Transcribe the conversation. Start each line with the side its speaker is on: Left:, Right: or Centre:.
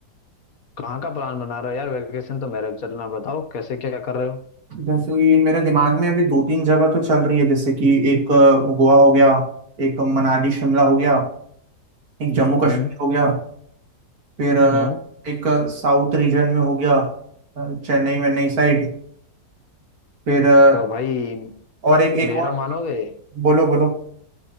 Left: कहाँ का प्लान बना रहे हो यार वैकेशन तो मेरे चलना बताओ कैसे क्या कर रहे हो
Right: जैसे कि मेरे दिमाग में अभी दो तीन जगह तो चल रही है जैसे कि एक अ, गोवा हो गया एक मनाली शिमला हो गया एक जम्मू कश्मीर
Left: हम्म
Right: हो गया फिर अ,
Left: हम्म
Right: एक साउथ रीजन में हो गया अ, चेन्नई वेन्नई साइड फिर अ,
Left: तो भाई
Right: और एक एक
Left: मेरा
Right: और
Left: मानोगे
Right: बोलो बोलो